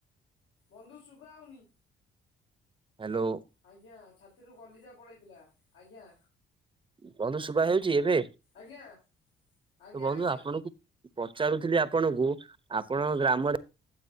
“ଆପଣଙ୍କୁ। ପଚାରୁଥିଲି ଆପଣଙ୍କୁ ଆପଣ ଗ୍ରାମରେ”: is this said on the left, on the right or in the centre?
Right